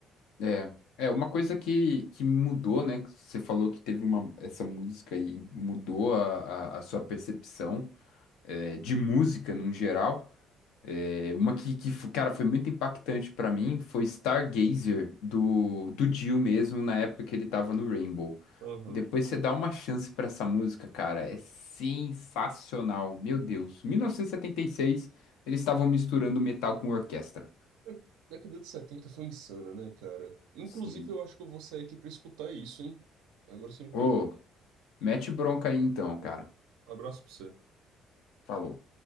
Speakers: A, on the left; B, on the right.
A: é. É uma coisa que, que mudou, né? que Você falou que teve uma, essa música e mudou a, a, a sua percepção é, de música num geral. É, uma que, que, f- cara, foi muito impactante pra mim foi Stargazer, do, do Dio mesmo, na época que ele tava no Rainbow.
B: Aham.
A: Depois você dá uma chance pra essa música, cara. É sensacional. Meu Deus. 1976, eles estavam misturando metal com orquestra.
B: A década de 70 foi insana, né, cara? Inclusive,
A: Sim.
B: eu acho que eu vou sair aqui pra escutar isso, hein? Agora você me
A: Ô,
B: pegou.
A: Mete bronca aí então, cara.
B: Abraço pra você.
A: Falou.